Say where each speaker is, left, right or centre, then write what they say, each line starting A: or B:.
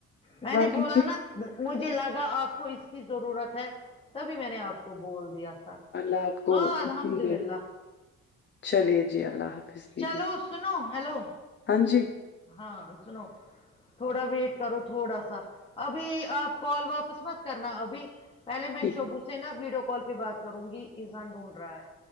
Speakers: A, on the left; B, on the left.
A: میں
B: باقی
A: نے بولا
B: ٹھیک
A: نا مجھے لگا آپ کو اس کی ضرورت ہے تبھی میں نے آپ کو بول دیا تھا
B: اللہ آپ کو
A: ہاں
B: خوشی
A: الحمد
B: دے
A: للہ
B: چلیے جی اللہ حافظ دیدی
A: چلو سنو ہیلو
B: ہاں جی
A: ہاں سنو تھوڑا ویٹ کرو تھوڑا سا ابھی آپ کال واپس مت کرنا ابھی پہل میں
B: ٹھیک
A: شب
B: ہے
A: حسینا ویڈیو کال کے بعد کروں گی ایزاں ڈھونڈ رہا ہے